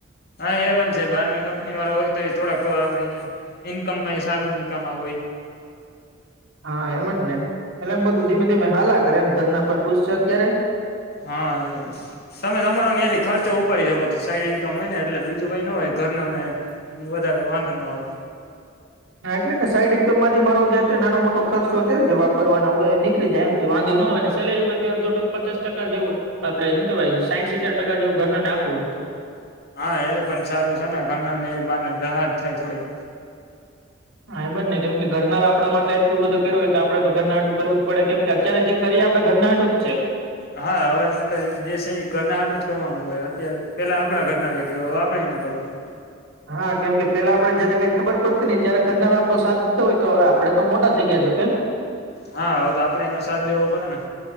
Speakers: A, on the left; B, on the right.
A: હા એ પણ છે, બહારની કંપની વાળા હોય તો એ થોડાક <unintelligible> ઈન્કમ મય સારું ઈન્કમ આવું હોય
B: હા એમ જ ને એટલે એમ બધું
A: એ
B: ધીમે ધીમે હાલા કરે એમ ઘરના પણ ખુશ છે, અત્યારે
A: હા તમે તમારો ત્યાંથી ખર્ચો ઉપાડી શકો તો સાઈડ ઇન્કમ હોય ને એટલે બીજું કઈ ન હોય ઘરનાને વધારે વાંધો ન આવે
B: <inaudible> હા એટલેને સાઈડ ઈન્કમ માંથી મારો જેતે નાનો મોટો ખર્ચો છે, જે વાપરવાનો હોય એ નીકળી જાય એમ કે વાંધો ન આવે ને સેલેરીમાંથી અડધો પચાસ ટકા જેવું આપડે હું કેવાય સાઈઠ સિત્તેર ટકા જેવું ઘરના ને આપવું <inaudible>
A: હા એ પણ સારું છે, ને ઘરનુને એ બારનુ રાહત થાય થોડીક
B: હા એમ જ ને કેમ કે ઘરના અવે આપણા માટે એટલું બધું કર્યું હોય તો આપડે તો ઘરના એટું કરવું જ પડે કેમ કે અત્યારે જે કરી એ આપડા ઘરના હાટું જ છે.
A: હા હવે આપડે જે છે એ ઘરના હારુ જ કરવાનું હોય અત્યારે પેલા આપડા ઘરના એ કર્યું હવે આપણે ના કરવાનું
B: હા કેમ કે પેલા આપણે જયારે કઈ ખબર પડતી નઈ ત્યારે ઘરના બાપ સાથ દીધો હોય તો હવે આપડે તો મોટા થઈ ગયા જો કે
A: હા હવે તો આપડે એનો સાથ દેવો પડે ને